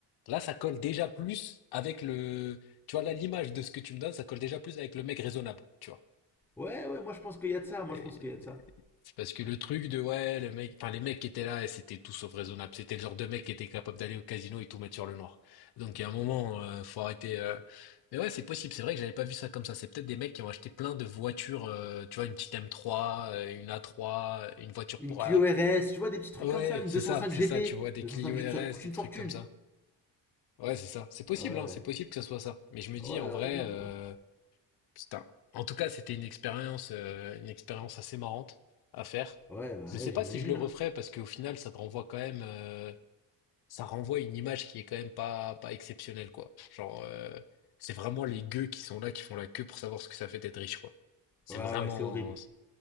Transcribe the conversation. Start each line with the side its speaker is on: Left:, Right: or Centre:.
Left: Là, ça colle déjà plus avec le. Tu vois, là, l'image de ce que tu me donnes, ça colle déjà plus avec le mec raisonnable, tu vois.
Centre: Ouais, ouais, moi, je pense qu'il y a de ça, moi,
Left: Euh,
Centre: je pense qu'il y a de ça.
Left: C'est parce que le truc de, ouais, le mec, enfin, les mecs qui étaient là, c'était tout sauf raisonnable. C'était le genre de mec qui était capable d'aller au casino et tout mettre sur le noir. Donc, il y a un moment, euh, faut arrêter. euh. Mais ouais, c'est possible. C'est vrai que j'avais pas vu ça comme ça. C'est peut-être des mecs qui ont acheté plein de voitures, euh, tu vois, une petite M3, euh, une A3, une voiture
Centre: une
Left: pour.
Centre: Clio
Left: euh,
Centre: RS, tu vois, des petits trucs
Left: Ouais,
Centre: comme ça, une
Left: c'est
Centre: 205
Left: ça, c'est
Centre: GT.
Left: ça, tu vois, des
Centre: 205
Left: Clio
Centre: GT,
Left: RS,
Centre: ça coûte
Left: des
Centre: une
Left: trucs
Centre: fortune.
Left: comme ça. Ouais, c'est ça. C'est possible,
Centre: Ouais,
Left: hein, c'est possible que ce soit ça. Mais je me
Centre: ouais,
Left: dis, en vrai,
Centre: ouais, non.
Left: euh, putain. En tout cas, c'était une expérience, euh, une expérience assez marrante à faire.
Centre: ouais, bah
Left: Je sais
Centre: ouais,
Left: pas
Centre: j'imagine.
Left: si je le referais
Centre: Hein.
Left: parce qu'au final, ça te renvoie quand même, euh, ça renvoie une image qui est quand même pas, pas exceptionnelle, quoi. Genre, euh, c'est vraiment les gueux qui sont là, qui font la queue pour savoir ce que ça fait d'être riche, quoi. C'est
Centre: Ouais,
Left: vraiment,
Centre: ouais, c'est horrible.